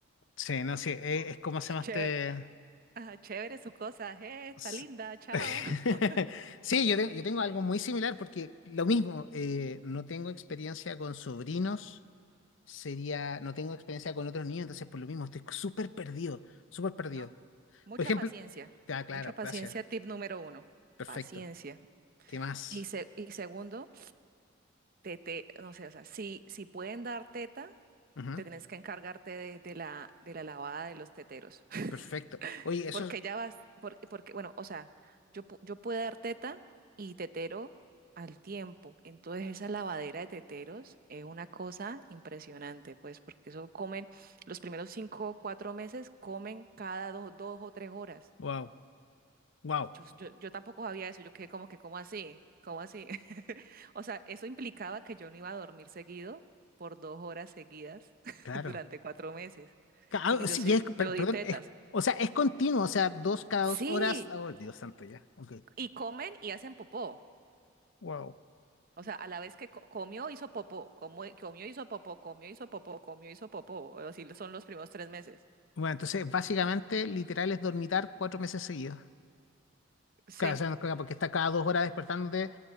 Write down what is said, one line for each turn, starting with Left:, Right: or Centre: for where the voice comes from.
Left: Sí, no sí. Es, es
Right: <laughs>
Left: como se llama
Right: chévere.
Left: este.
Right: Ah, chévere su cosa, eh, está
Left: S-
Right: linda, chao.
Left: <laughs>
Right: <laughs>
Left: Sí, yo, te- yo tengo algo muy similar porque lo mismo, eh, no tengo experiencia con sobrinos, sería, no tengo experiencia con otros niños, entonces por lo mismo estoy súper perdido, súper perdido.
Right: No, mucha
Left: Por ejemplo,
Right: paciencia,
Left: ah, claro,
Right: mucha paciencia,
Left: gracias,
Right: tip número uno,
Left: perfecto.
Right: paciencia.
Left: ¿Qué más?
Right: Y, se- y segundo, te, te- no sé, o sea, si, si pueden dar teta,
Left: Ujú,
Right: te tienes que encargarte de, de la, de la lavada de los teteros. <laughs>
Left: Perfecto. Oye, eso
Right: Porque
Left: es...
Right: ya vas, porque, porque, bueno, o sea, yo, pu- yo puedo dar teta y tetero al tiempo. Entonces esa lavadera de teteros es una cosa impresionante, pues, porque eso comen, los primeros cinco o cuatro meses comen cada dos, dos o tres horas.
Left: Wow, wow,
Right: Yo, yo, yo tampoco sabía eso, yo quedé como que, ¿cómo así? ¿Cómo así? <laughs> O sea, eso implicaba que yo no iba a dormir seguido por dos horas seguidas <laughs>
Left: claro.
Right: durante cuatro meses,
Left: Ca- ah,
Right: porque yo
Left: sí,
Right: sí,
Left: ya es- per-
Right: yo di
Left: perdón,
Right: tetas.
Left: es, o sea, es continuo, o sea, dos cada
Right: Sí,
Left: dos horas. Oh, Dios santo, ya. Ok.
Right: y comen y hacen popó.
Left: Wow.
Right: O sea, a la vez que co- comió, hizo popó, como- comió, hizo popó, comió, hizo popó, comió, hizo popó. O así son los primeros tres meses.
Left: Bueno, entonces, básicamente, literal es dormitar cuatro meses seguidos.
Right: Sí,
Left: Claro, o sea, no, claro, porque está cada dos horas despertándote.